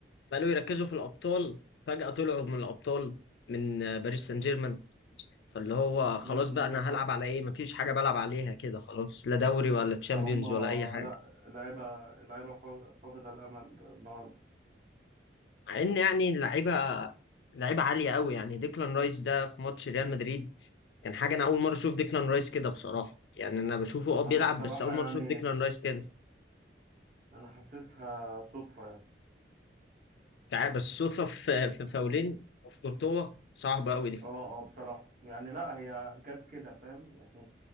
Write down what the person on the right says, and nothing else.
امم
بالظبط
فهم
لا لعيبه لعيبه فا- فاقده الامل النهارده
انا بصراحه
يعني
انا حاسسها صدفه يعني
اه اه بصراحه يعني لا هي جت كده فاهم يعني